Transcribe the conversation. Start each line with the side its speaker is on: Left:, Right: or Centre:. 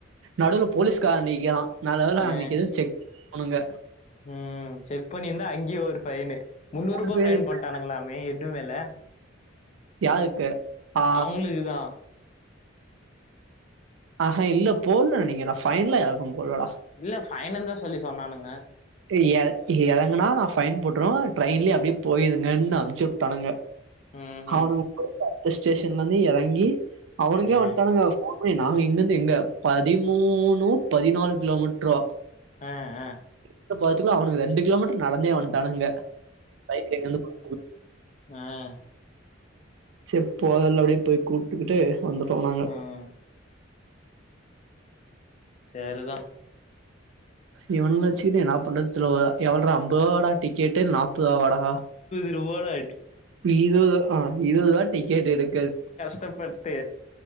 Right: நடுல போலீஸ்கார நீக்கரான் நல்ல வேல
Left: ஆ
Right: அன்னைக்கு எதுவும் செக் மங்க
Left: உஹம் செக் பண்ணிருந்தா அங்கயே ஒரு ஃபைனு முன்னூறு
Right: நாலு
Left: ரூபா
Right: பேருக்கு
Left: ஃபைனு போட்டானுங்களாமே இடு மேல
Right: யாருக்கு ஆ
Left: அவங்ளுக்குதான்
Right: ஆஹா இல்ல போடல நினைக்கிற ஃபைன்லா யாருக்கு போடலாடா
Left: இல்ல ஃபைனுந்தான் சொல்லி சொன்னானுங்க
Right: இற இறங்கன்னா நா ஃபைன் போட்டுருவன் ட்ரெயின்லயே அப்டியே போயிருங்கன்னு அனுப்ச்சி விட்டானுங்க
Left: ம்
Right: அவனுக
Left: ம்
Right: போய் அந்த பத்து டேஷன்ல இருந்து இறங்கி அவனுங்களே
Left: ஆ
Right: வண்டானுங்க போன் நாங்க இங்க இருந்து எங்க பதிமூணு பதினாலு கிலோமீட்டரோ
Left: அஹா அஹா
Right: உள்ள போறதுகுள்ள அவனுக ரெண்டு கிலோமீட்டர் நடந்தே வன் தனங்க பைக் எங்கந்து குடு
Left: ஆஹ்
Right: சப்போது அப்படியே போய் கூட்டுக்கிட்டு வந்துட்டோ நாங்க
Left: ம் செரிதான்
Right: இவனங்கள வச்சிக்கிட்டு என்ன பண்றதுன்னுதெரியல எவ்வளோ அம்பர்படா டீ கேட்டு நாப்றவ வடா
Left: ஒருபடா
Right: இருவறு ஆ இருவறு தான் டிக்கெட் எடுக்கது
Left: கட்டபட்டு